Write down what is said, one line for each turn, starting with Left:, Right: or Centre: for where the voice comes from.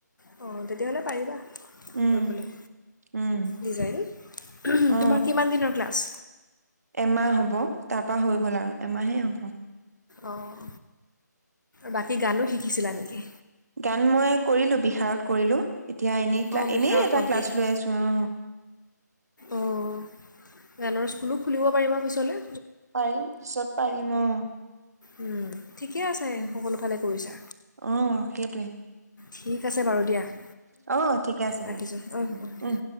Left: অঁ তেতিয়াহ'লে পাৰিবা
Right: উম।
Left: কৰিবলৈ
Right: উম
Left: ডিজাইন
Right: অ
Left: তোমাৰ কিমান দিনৰ ক্লাছ?
Right: এমাহ হ'ব তাৰ পাহৰি গ'ল আৰু এমাহেই হ'ব
Left: অঁ বাকী গানো শিকিছিলা নেকি
Right: গান মই কৰিলো বিশষাৰত কৰিলো এতিয়া এনেই ক্লা
Left: অঁ বিশাৰত
Right: এনেই এটা
Left: কমপ্লিট
Right: ক্লাছ
Left: হ'ল
Right: লৈ আছো অ
Left: অঁ গানৰ স্কুলো খুলিব পাৰিবা পিছলে
Right: পাৰিম পিছত পাৰিম অ
Left: উম ঠিকে আছে
Right: উম,
Left: সকলো ফালে কৰিছা
Right: অ সেইটোৱে
Left: ঠিক আছে বাৰু দিয়া
Right: অ ঠিকে আছে
Left: ৰাখিছোঁ
Right: দিয়ক
Left: অঁ অঁ দিয়া
Right: উম